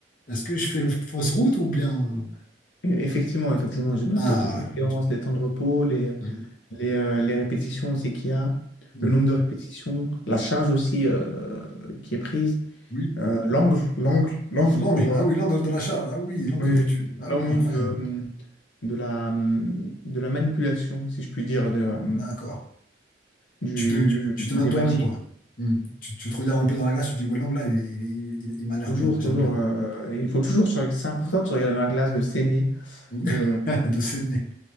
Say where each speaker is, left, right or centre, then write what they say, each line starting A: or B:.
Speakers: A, on the left; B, on the left.
A: Est-ce que je fais fausse route ou bien.
B: Et Effectivement, effectivement, je note
A: Ah,
B: euh, toutes mes
A: voilà.
B: séances, les temps de repos, les,
A: Oui.
B: les, euh, les répétitions aussi qu'il y a,
A: Mhm.
B: le nombre de répétitions, la charge aussi euh, qui est prise,
A: Oui.
B: euh, l'angle, l'angle, l'angle
A: L'angle.
B: pour, euh,
A: Ah oui, l'angle de la charge. Ah oui, l'angle
B: oui,
A: que tu. Ah
B: l'angle
A: oui, incroyable.
B: de, euh, de la, euh, de la manipulation, si je puis dire, de, euh,
A: D'accord.
B: du,
A: Tu te, tu, tu te
B: des
A: notes toi-même,
B: machines.
A: quoi. Hmm. Tu, tu te regardes un peu dans la glace, tu te dis, ouais, l'angle là, il, il- il- il m'a l'air
B: Toujours,
A: bien, j'aime
B: toujours.
A: bien.
B: euh, et il faut toujours. se- reg- C'est important de se regarder dans la glace, de s'aimer.
A: <laughs>
B: De...
A: De s'aimer.